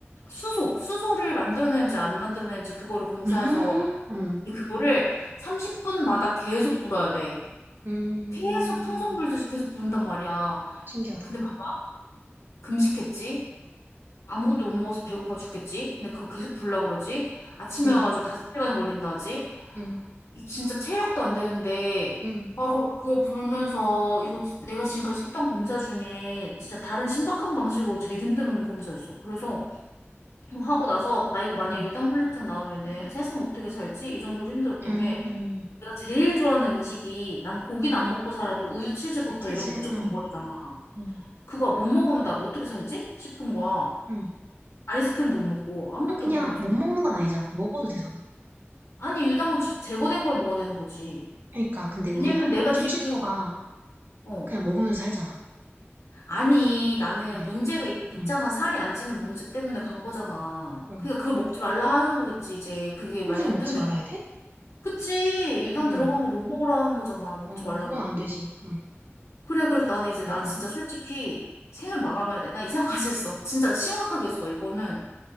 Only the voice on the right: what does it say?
아, 응.
음.
신기하다.
응.
응.
응.
응.
응.
응.
치즈.
응.
응.
응.
아 그냥
못 먹는 건 아니잖아. 먹어도 되잖아.
그러니까 근데 우리
한국인
찔찌퍼가
그냥 먹으면서 살잖아.
응.
응.
응.
평생
먹지
말아야 돼?
응.
어,
그건 안 되지. 응.
응.
응.